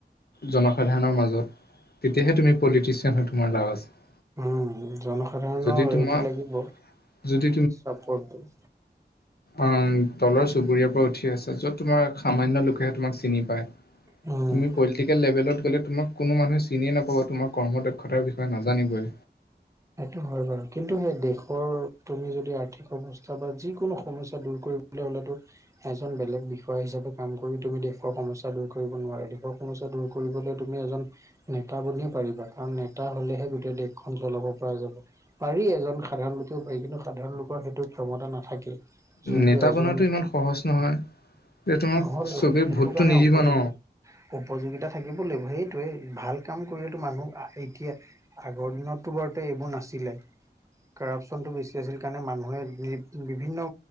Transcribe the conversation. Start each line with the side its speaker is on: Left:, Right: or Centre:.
Left: জনসাধাৰণৰ মাজত, তেতিয়াহে তুমি পলিটিচিয়ান হয় তোমাৰ লাভ আছে।
Right: উম, জনসাধাৰণৰ
Left: যদি
Right: সেৰিটো
Left: তোমাক
Right: লাগিব
Left: যদি
Right: চাপৰ্টটো।
Left: অ', তলৰ চুবুৰীয়াৰ পৰা উঠি আছে য'ত তোমাৰ সামান্য লোকেহে তোমাক চিনি পায়।
Right: অ',
Left: তুমি পলিটিকেল লেভেলত গ'লে তোমাক কোনো মানুহে চিনিয়ে নাপাব তোমাৰ কৰ্মদক্ষতাৰ বিষয়ে নাজানিবই।
Right: সেইটো হয় বাৰু, কিন্তু সেই দেশৰ তুমি যদি আৰ্থিক অৱস্থা বা যিকোনো সমস্যা দূৰ কৰিব হলেতো এজন বেলেগ বিষয়া হিচাপে কাম কৰি তুমি দেশৰ সমস্যা দূৰ কৰিব নোৱাৰা দেশৰ সমস্যা দূৰ কৰিবলৈ তুমি এজন নেতা বিয়ও পাৰিবা কাৰণ নেতা হলেহে গোটেই দেশখন জ্বলাব পৰা যাব পাৰি এজন সাধাৰণ লোকেও পাৰি সাধাৰণ লোক সেইটো ক্ষমতা নাথাকে যোনটো
Left: নেতা
Right: এজন
Left: বনাটো ইমান সহজ নহয় যে তোমাক
Right: নহল
Left: চবেই
Right: সেইটো
Left: ভোটটো
Right: কাৰণে
Left: নিদিব
Right: উপযোগী।
Left: ন
Right: উপযোগিতা থাকিব লাগিব সেইটোৱে ভাল কাম কৰিলেতো মানুহ আহ এতিয়া আগৰ দিনততো বাৰুতে এইবোৰ নাছিলে কাৰাপচনটো বেছি আছিল কাৰণে মানুহে বিভিন্ন